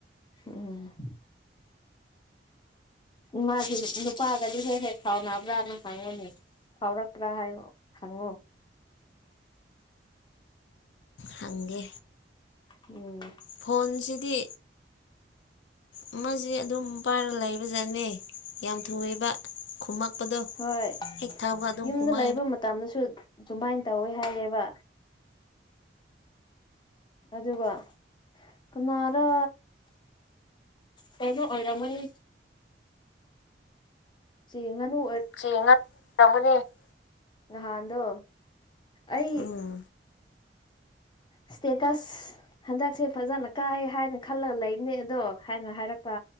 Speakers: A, on the left (about 25°); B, on the left (about 85°).
A: ꯎꯝ ꯃꯥꯒꯤ ꯅꯨꯄꯥꯒꯗꯤ ꯍꯦꯛ-ꯍꯦꯛ ꯁꯥꯎꯅꯕ꯭ꯔꯥꯅ ꯍꯪꯉꯨꯅꯦ ꯐꯥꯎꯔꯛꯄ꯭ꯔꯥ ꯍꯥꯏꯌꫭ ꯍꯪꯉꯣ
B: ꯍꯪꯒꯦ
A: ꯎꯝ
B: ꯐꯣꯟꯁꯤꯗꯤ ꯑꯃꯥꯁꯤ ꯑꯗꯨꯝ ꯄꯥꯏꯔꯒ ꯂꯩꯕꯖꯥꯠꯅꯦ ꯌꯥꯝ ꯊꯨꯏꯕ ꯈꯨꯝꯃꯛꯄꯗꯣ
A: ꯍꯣꯏ
B: ꯑꯦꯛ ꯊꯥꯕꯒ ꯑꯗꯨꯝ
A: ꯌꯨꯝꯗ
B: ꯈꯨꯃꯥꯛ
A: ꯂꯩꯕ ꯃꯇꯝꯗꯁꯨ ꯑꯗꯨꯃꯥꯏꯅ ꯇꯧꯋꯦ ꯍꯥꯏꯌꯦꯕ ꯑꯗꯨꯒ ꯀꯅꯥꯔ ꯀꯩꯅꯣ ꯑꯣꯏꯔꯝꯒꯅꯤ ꯆꯦ ꯉꯅꯨ
B: ꯆꯦ ꯉꯅꯨ ꯑꫭꯏꯔꯝꯒꯅꯤ
A: ꯅꯍꯥꯟꯗꯣ ꯑꯩ
B: ꯎꯝ
A: ꯏꯁꯇꯦꯇꯁ ꯍꯟꯗꯛꯁꯦ ꯐꯖꯅ ꯀꯥꯏ ꯍꯥꯏꯅ ꯈꯜꯂꯒ ꯂꯩꯕꯅꯦ ꯑꯗꯣ ꯍꯥꯏꯅ ꯍꯥꯏꯔꯛꯄ